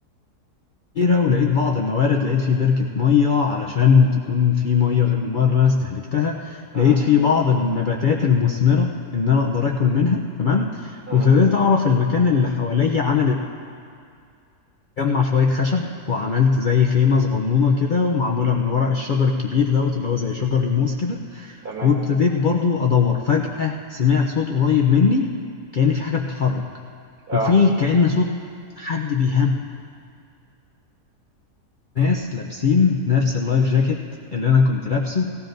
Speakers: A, on the left; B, on the right.
A: كتيرة ولقيت بعض الموارد لقيت في بركة مية علشان تكون في مية غير المية اللي أنا استهلكتها
B: مم.
A: لقيت في بعض النباتات المثمرة إن أنا أقدر آكل منها تمام
B: مم.
A: وابتديت أعرف المكان اللي حواليا عامل أجمع شوية خشب وعملت زي خيمة صغنونة كده ومعمولة من ورق الشجر الكبير دوت اللي هو زي شجر الموز كده
B: تمام.
A: وابتديت برضو أدور فجأة سمعت صوت قريب مني كأن في حاجة بتتحرك
B: آه.
A: وفي كأن صوت حد بيهمس ناس لابسين نفس اللايف جاكيت اللي انا كنت لابسه